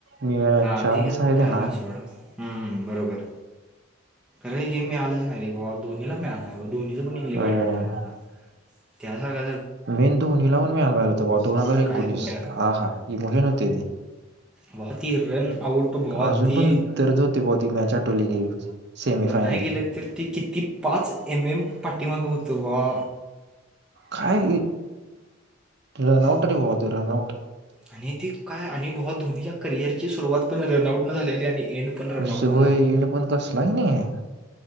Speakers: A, on the right (about 55°); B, in the centre.
A: मी
B: हा
A: चान्स
B: ठीक आहे अजून
A: त्यांना
B: खेळायाला सोडा हूं बरोबर अरे हे मिळालंच नाही रे भावा धोनीला मिळालं आहे धोनीच पण एक
A: अ
B: लई वाईट वाटत माला त्यासारखा जर
A: मेन धोनी लापन मीळायला पाहिजेल होत बॉ दोन हजार
B: काय
A: एकोणीस
B: बघायला
A: हा हा इमोशन होते ती
B: वाहतीरण आऊट भोवा
A: अजून
B: ते
A: पण दर्द होते बुवा ती मॅच आठवली की सेमी फायनल
B: म्हणाया गेलं तर ते किती? पाच एम एम पाठीमाग व्हतो भावा
A: काय रनआउटरी व्होत रनआउट
B: आणि ती काय आणि भावा धोनीच्या करिअरची सुरुवात पण रनआउट न झालेली आणि एंड पण रनआउटनं
A: असे होय
B: झाला
A: एन्ड पण कसला नी हे